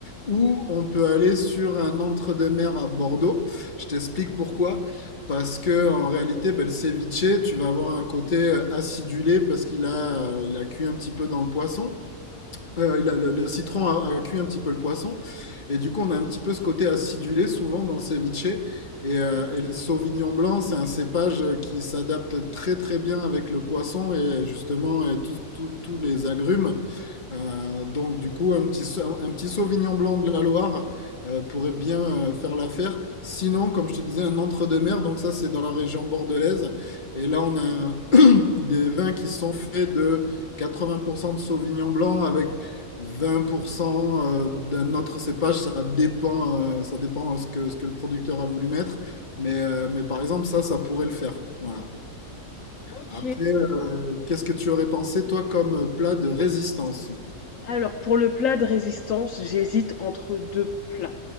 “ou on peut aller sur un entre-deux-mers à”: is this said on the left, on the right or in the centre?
Left